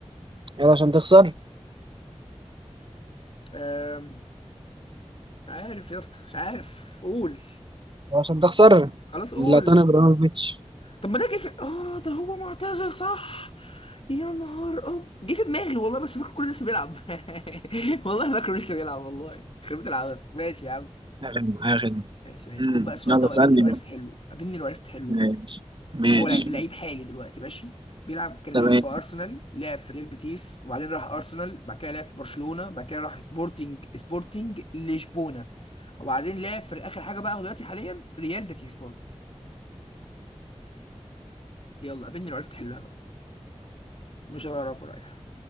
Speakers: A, on the right (about 45°); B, on the left (about 55°).
A: يلا عشان تخسر
B: آم، مش عارف يا اسطى مش عارف قول
A: يلا عشان تخسر
B: خلاص قول
A: زلاتان ابراهيموفيتش
B: طب ما ده جه في اه ده هو معتزل صح يا نهار اب جه في دماغي والله بس فاكر كله لسه بيلعب <laughs> والله فاكره لسه بيلعب والله خربت العبس ماشي يا عم
A: يا خدمة يا خدمة
B: ماشي ماشي
A: امم
B: خد بقى السؤال
A: يلا
B: ده وقابلني
A: اسألني
B: لو
A: بقى
B: عرفت حله قابلني لو عرفت حله
A: ماشي ماشي
B: هو لع- لعيب حالي دلوقتي ماشي بيلعب كان
A: تمام
B: لعب في ارسنال لعب في ريال بيتيس وبعدين راح ارسنال بعد كده لعب في برشلونة بعد كده راح سبورتنج سبورتنج لشبونة وبعدين لعب في اخر حاجة بقى هو دلوقتي حاليا ريال بيتيس برضه يلا قابلني لو عرفت حلها بقى مش هعرفه رايح